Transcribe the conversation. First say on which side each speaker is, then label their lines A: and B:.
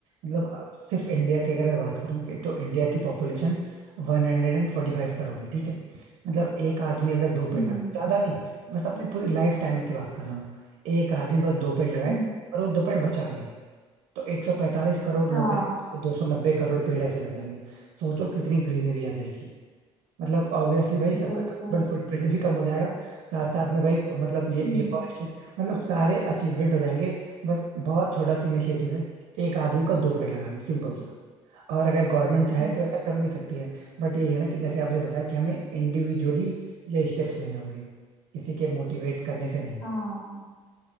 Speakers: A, on the right; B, on the left.
A: मतलब अब सिर्फ इंडिया की अगर मैं बात करूँ कि तो इंडिया की पॉपुलेशन वन हंड्रेड एंड फोर्टी फाइव करोड़ है ठीक है मतलब एक आदमी अगर दो
B: हम्म,
A: पेड़ लगाए
B: हम्म।
A: ज्यादा नहीं बस अपने पूरी लाइफ टाइम की बात कर रहा हूँ एक आदमी बस दो पेड़ लगाए
B: हम्म।
A: और वो दो पेड़ बचा ले तो 145 करोड़
B: हाँ
A: लोग हैं तो 290 करोड़ पेड़ ऐसे लग जाएंगे सोचो कितनी ग्रीनरी आ जाएगी मतलब ऑब्वियसली भाई सबका
B: बिल्कुल
A: कार्बन फुटप्रिंट भी कम हो जाएगा साथ साथ में भाई मतलब ये
B: हम्म
A: ए फॉर मतलब सारे अचीवमेंट हो जाएंगे बस बहुत छोटा सा इनिशिएटिव है एक आदमी को दो पेड़ लगाने सिंपल सा और अगर गवर्नमेंट चाहे
B: हम्म,
A: तो ऐसा कर भी सकती है बट यही है ना कि जैसे आपने बताया कि हमें इंडिविजुअली ये स्टेप्स लेने होंगे किसी के मोटिवेट करने से नहीं
B: हाँ